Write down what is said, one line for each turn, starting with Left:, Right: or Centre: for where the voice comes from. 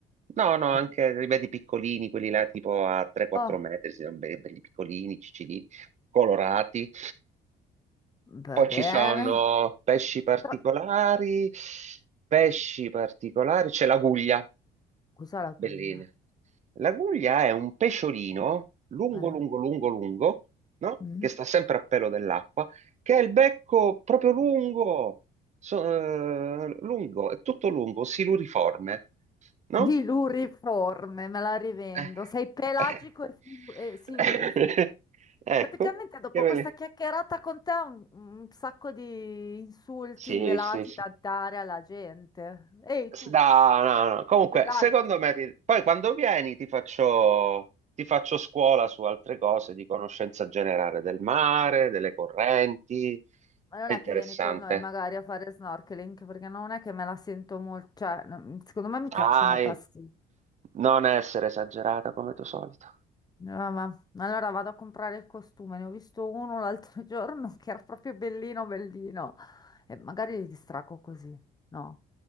Right: No, no, anche
Left: Cioè,
Right: li vedi piccolini, quelli là tipo a 3-4
Left: Oh,
Right: metri, si sono belli, belli piccolini, ciccini, colorati.
Left: va
Right: Poi
Left: bene.
Right: ci sono pesci particolari,
Left: Però-
Right: pesci particolari, c'è l'aguglia,
Left: Cos'è la
Right: belline.
Left: cuia?
Right: La guglia è un pesciolino lungo,
Left: Eh?
Right: lungo, lungo, lungo, no?
Left: Mm.
Right: Che sta sempre a pelo dell'acqua, che ha il becco proprio lungo, so- eh, lungo, è tutto lungo, siluriforme, no?
Left: Siluriforme, me la rivendo.
Right: Eh,
Left: Sei pelagico
Right: eh.
Left: e, filu- e siluriforme.
Right: <laughs> Ecco,
Left: Praticamente dopo
Right: che bene.
Left: questa chiacchierata con te ho un, un sacco di insulti
Right: Sì,
Left: velati
Right: sì, sì.
Left: da dare alla gente. Ehi
Right: S-
Left: tu,
Right: No, no, no. Comunque,
Left: pelagico,
Right: secondo me, ti- poi quando vieni ti faccio, ti faccio scuola su altre cose di conoscenza generale del mare, delle correnti.
Left: ma non
Right: È
Left: è
Right: interessante.
Left: che vieni con noi magari a fare snorkeling, perché non è che me la sento molto, cioè, no, secondo me mi
Right: Dai,
Left: cacciano nei passi.
Right: non essere esagerata come tuo solito.
Left: Mamma, allora vado a comprare il costume, ne ho visto uno l'altro <laughs> giorno che era proprio bellino, bellino. E magari li distracco così, no?